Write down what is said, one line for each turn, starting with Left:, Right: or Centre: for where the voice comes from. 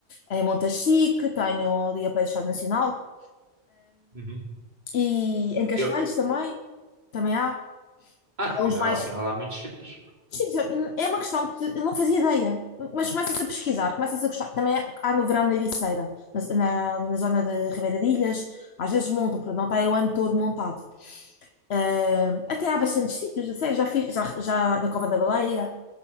Left: em Montachique, tenho ali a pé do Estado Nacional
Right: Uhum.
Left: e em Cascais
Right: Eu...
Left: também, também há,
Right: Ah, afinal,
Left: há uns mais,
Right: afinal há muitos sítios.
Left: Sim, É é uma questão que Eu não fazia ideia. Mas começas a pesquisar, começas a gostar. Também há no verão na Ericeira, na, na, na zona de Ribeira de Ilhas. Às vezes montam, porque não está aí o ano todo montado. Ah, até há bastantes sítios, a sério. Já fiz, já, já na Cova da Baleia,